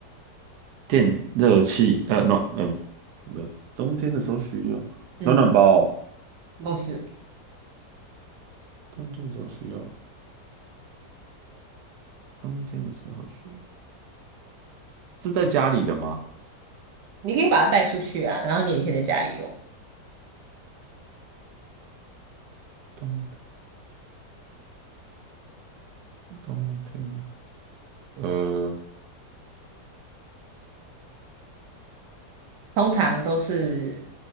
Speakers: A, on the right; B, on the right.
A: 电热器，呃，暖，呃，不是，冬天的时候需要暖暖包哦
B: 嗯，不是，
A: 冬天的时候需要，冬天的时候需要，是在家里的吗？
B: 你可以把它带出去啊，然后你也可以在家里用。
A: 冬天，冬天。呃，
B: 通常都是